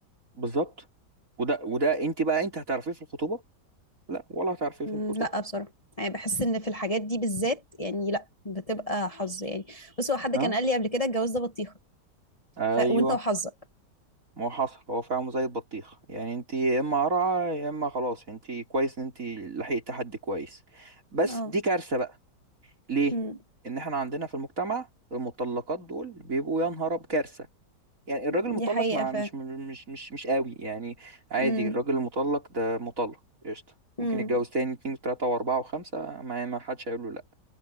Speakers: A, on the right; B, on the left.
A: بالظبط وده وده انت بقى انت هتعرفيه في الخطوبه لا ولا هتعرفيه
B: مم،
A: في الخطوبه
B: لا بصراحة يعني بحس ان في الحاجات دي بالذات يعني لا بتبقى حظ يعني بس هو حد
A: ها
B: كان قال لي قبل كده الجواز ده بطيخة
A: ايوه
B: ف... وانت وحظك
A: ما هو حصل هو فعلا زي البطيخ يعني انت يا اما قرعه يا اما خلاص انت كويس ان انت لحقت حد كويس بس
B: اه
A: دي كارثه بقى ليه
B: مم.
A: ان احنا عندنا في المجتمع المطلقات دول بيبقوا يا نهار أب- كارثه يعني الراجل
B: دي
A: المطلق
B: حقيقة
A: ما
B: ف
A: مش مش مش مش قوي يعني عادي
B: مم.
A: الراجل المطلق ده مطلق قشطه
B: مم.
A: ممكن مم. يتجوز تاني اتنين وتلاته واربعه وخمسه ما ما حدش هيقول له لا